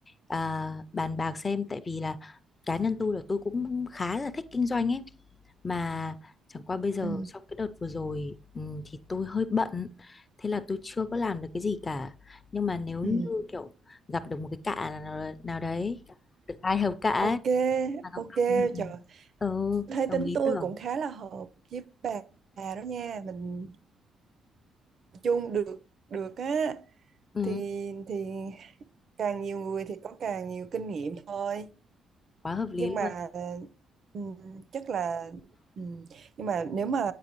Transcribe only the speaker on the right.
Ừ.
Ừ.
Ok,
ok,
trời,
thấy
tính
tôi
cũng khá là hợp với bà bà đó nha, mình chung được được á,
thì thì càng nhiều người thì có càng nhiều kinh nghiệm thôi.
Nhưng mà
ừm, chắc là ừm, nhưng mà nếu mà